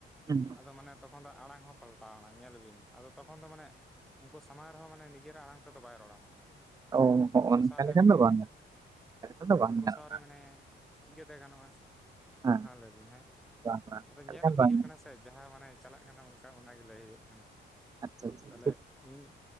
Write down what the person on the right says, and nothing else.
ᱦᱩᱸ
ᱚ ᱦᱚᱸᱜᱼᱚ
ᱱᱚᱝᱠᱟ
ᱞᱮᱠᱷᱟᱱ
ᱫᱚ ᱵᱟᱝ
ᱜᱟᱱᱚᱜᱼᱟ ᱮᱱᱠᱷᱟᱱ ᱫᱚ ᱵᱟᱝ
ᱜᱟᱱᱚᱜᱼᱟ
ᱦᱮᱸ
ᱵᱟᱝ ᱵᱟᱝ
ᱮᱱᱠᱷᱟᱱ
ᱵᱟᱝ
ᱜᱟᱱᱚᱜᱼᱟ
ᱟᱪᱪᱷᱟ ᱟᱪᱪᱷᱟ
ᱴᱷᱤᱠ